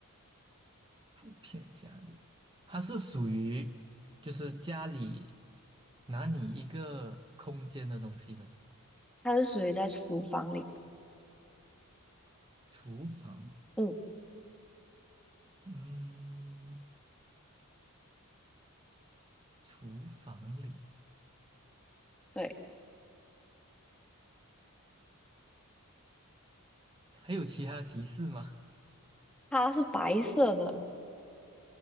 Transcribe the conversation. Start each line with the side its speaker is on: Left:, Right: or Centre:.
Right: 普遍家里，它是属于就是家里拿你一个空间的东西呢。
Centre: 它是属于在厨房里的，
Right: 厨房，
Centre: 嗯。
Right: 嗯，厨房里
Centre: 对。
Right: 还有其他提示吗？
Centre: 它是白色的，